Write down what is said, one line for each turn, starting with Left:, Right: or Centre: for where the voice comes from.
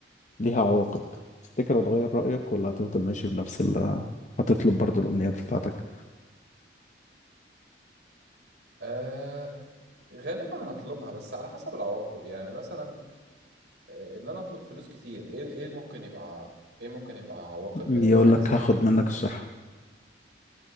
Left: ليها عواقب تفتكر هتغير رايك ولا هتفضل ماشي بنفس ال هتطلب برضو الامنيات بتاعتك
Right: آه غالبا هطلبها بس على حسب العواقب يعني مثلا آه، ان انا اطلب فلوس كتير ايه ايه ممكن يبقى ايه ممكن يبقى عواقب
Left: يقول
Right: ل- لحاجه
Left: لك
Right: زي
Left: هاخد
Right: دي
Left: منك الصحه